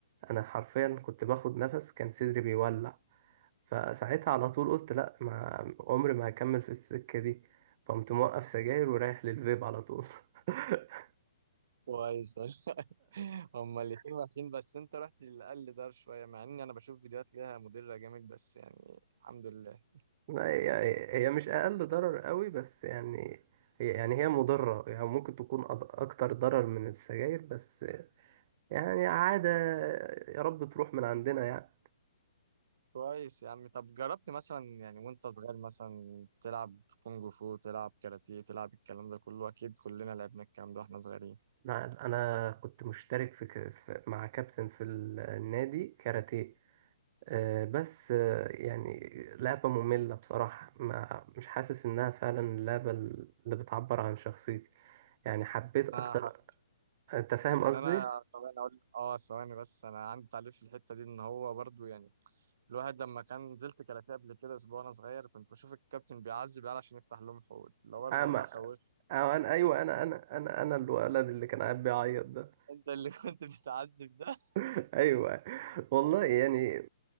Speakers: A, on the right; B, on the right.
A: انا حرفيا كنت باخد نفس كان صدري بيولع فساعتها على طول قلت لا ما عمري ما هكمل في السكة دي فقمت موقف سجاير ورايح للفيب على طول <laughs>
B: كويس والله. <laughs> هما الاتنين وحشين بس انت رحت للأقل دار شوية مع اني انا بشوف فيديوهات ليها مديرة جامد بس يعني الحمد لله
A: لا، هي يعني هي مش أقل ضرر قوي بس يعني هي يعني هي مضرة يعني ممكن تكون أض- أكتر ضرر من السجاير بس يعني عادة يا رب تروح من عندنا يعني
B: كويس يا عم طب جربت مثلا يعني وانت صغير مثلا تلعب كونج فو تلعب كاراتيه تلعب الكلام ده كله اكيد كلنا لعبنا الكلام ده واحنا صغيرين
A: أنا أنا كنت مشترك في ك- في- مع كابتن في النادي كاراتيه آه، بس آه، يعني لعبة مملة بصراحة ما مش حاسس إنها فعلا اللعبة اللي بتعبر عن شخصيتي يعني حبيت أكتر
B: انا حاسس
A: أنت فاهم
B: يعني
A: قصدي؟
B: انا ثواني اقول اه ثواني بس انا عندي تعليق في الحتة دي ان هو برضو يعني الواحد لما كان نزلت كاراتيه قبل كده اسبوع وانا صغير كنت بشوف الكابتن بيعذب العيال عشان يفتح لهم حقول اللي هو الموضوع
A: أه ما
B: خوفني
A: أه
B: <laughs>
A: أنا أيوه أنا أنا أنا أنا الولد اللي كان قاعد بيعيط ده
B: انت اللي كنت بتعذب ده
A: <laughs> أيوه والله يعني